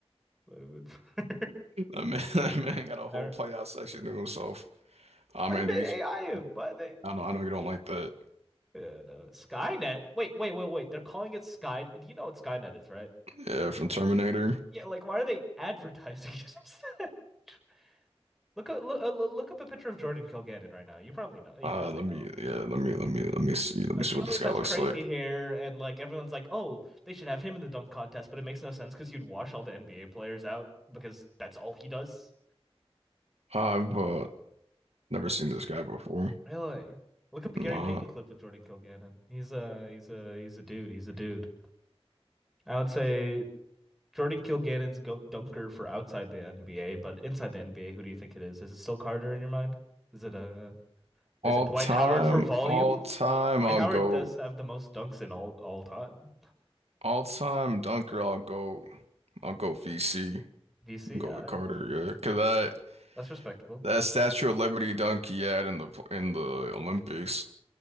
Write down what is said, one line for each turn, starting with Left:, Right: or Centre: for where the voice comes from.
Centre: might have been prior.
Right: That man, <laughs> that man got
Centre: <laughs>
Right: a whole
Centre: I
Right: playout section to himself. Ah,
Centre: Why'd
Right: man,
Centre: they
Right: dude, you-
Centre: AI him? Why'd they?
Right: I know, I know you don't like that.
Centre: Yeah, no. Skynet. Wait, wait, wait, wait. They're calling it Skynet. Do you know what Skynet is, right?
Right: Yeah, from Terminator.
Centre: Yeah, like why are they advertising it <laughs> Look up, look, uh, look up a picture of Jordan Kilgannon right now. You probably know. You
Right: Uh,
Centre: probably
Right: let
Centre: know
Right: me,
Centre: him.
Right: yeah, let me, let me, let me see, let
Centre: Uh,
Right: me
Centre: He
Right: see what
Centre: always
Right: this guy
Centre: has
Right: looks
Centre: crazy
Right: like.
Centre: hair, and like everyone's like, "Oh, they should have him in the dunk contest," but it makes no sense because you'd wash all the NBA players out because that's all he does.
Right: I've uh, never seen this guy before.
Centre: Really? Look up the Gary
Right: Nah.
Centre: Payton clip with Jordan Kilgannon. He's a he's a he's a dude. He's a dude. I would say Jordan Kilgannon's go dunker for outside the NBA, but inside the NBA, who do you think it is? Is it still Carter in your mind? Is it uh is
Right: All
Centre: it Dwight
Right: time,
Centre: Howard for volume?
Right: all time,
Centre: Dwight
Right: I'll
Centre: Howard
Right: go.
Centre: does have the most dunks in all all time.
Right: All time dunker, I'll go. I'll go VC.
Centre: BC,
Right: I'll go
Centre: uh,
Right: with Carter. Yeah, cause I.
Centre: that's respectable.
Right: That Statue of Liberty dunk he had in the in the Olympics